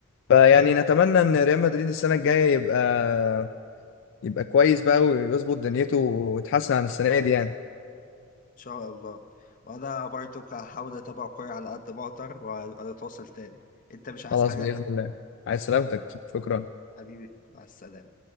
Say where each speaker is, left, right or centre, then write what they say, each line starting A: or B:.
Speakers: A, on the left; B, on the left.
A: فيعني نتمنى ان ريال مدريد السنه الجايه يبقى يبقى كويس بقى ويظبط دنيته ويتحسن عن السنة دي يعني
B: شاء الله وانا برضو هحاول اتابع كوره على قد ما اقدر واتواصل تاني انت مش عايز
A: خلاص
B: حاجه
A: بإذن الله عايز سلامتك شكرا
B: حبيبي مع السلامة